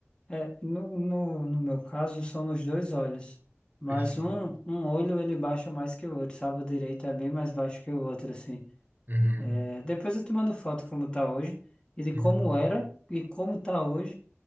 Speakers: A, on the left; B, on the right.
A: É, no, no, no meu caso, são nos dois olhos. Mas
B: Perfeito.
A: um, um olho ele baixa mais que o outro, sabe? O direito é bem mais baixo que o outro, assim.
B: Uhum.
A: É, depois eu te mando foto como tá hoje, e de
B: Uhum.
A: como era, e como tá hoje,